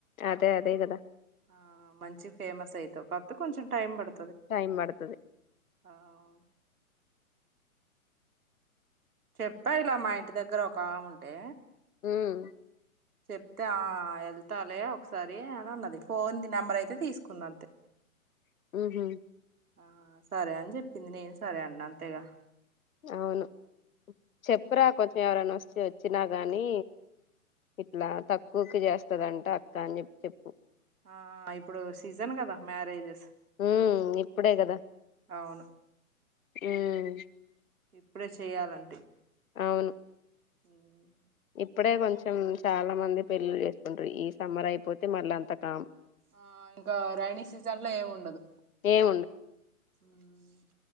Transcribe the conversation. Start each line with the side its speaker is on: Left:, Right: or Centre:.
Left: అదే అదే గదా
Right: ఆ మంచి ఫేమస్ అయితవ్ కాపోతె కొంచెం టైం పడు
Left: టైమ్ బడుతది
Right: ఆవ్ చెప్పా ఇలా మా ఇంటి దగ్గర ఒకామె ఉంటే
Left: మ్మ్
Right: చెప్త ఆ ఎళ్తాలే ఒకసారి అని అన్నది ఫోన్ నెంబర్ అయితే తీసుకుందాంతే
Left: ఉహ్ హు
Right: ఆ సరే అని చెప్పింది నేను సరే అన్న అంతేగా
Left: అవును చెప్పురా కొంచెం ఎవరైనా వస్త వచ్చినా గాని ఇట్లా తక్కువకి చేస్తదంట అక్క అని చెప్పి చెప్పు
Right: ఆ ఇప్పుడు సీజన్ కదా మ్యారేజెస్
Left: ఉహ్ ఇప్పుడే కదా
Right: అవును
Left: ఉమ్
Right: ఇప్పుడే చెయ్యాలంటే
Left: అవును
Right: ఉమ్
Left: ఇప్పుడే కొంచెం చాలా మంది పెళ్ళిలు చేసుకుంట్రూ ఈ సమ్మర్ అయిపోతే మళ్ళ అంత కామాన్
Right: ఆ ఇంకా రైనీ సీజన్ లో ఏమి ఉండదు
Left: ఏం
Right: ఉహ్